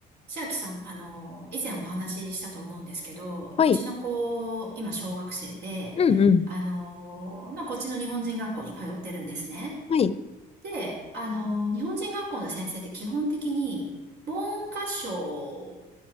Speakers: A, on the right; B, on the left.
A: 千秋さん、あの、以前お話ししたと思うんですけど、
B: はい。
A: うちの子、今小学生で、
B: うんうん。
A: あの、まあ、こっちの日本人学校に通ってるんですね。
B: はい。
A: で、あの、日本人学校の先生って基本的に、文科省